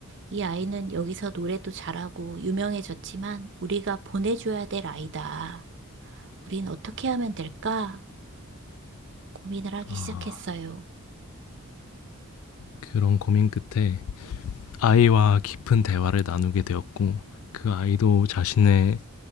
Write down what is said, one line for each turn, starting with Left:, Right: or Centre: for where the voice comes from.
Right: 이 아이는 여기서 노래도 잘하고 유명해졌지만 우리가 보내줘야 될 아이다. 우린 어떻게 하면 될까? 고민을 하기
Left: 아,
Right: 시작했어요.
Left: 그런 고민 끝에 아이와 깊은 대화를 나누게 되었고 그 아이도 자신의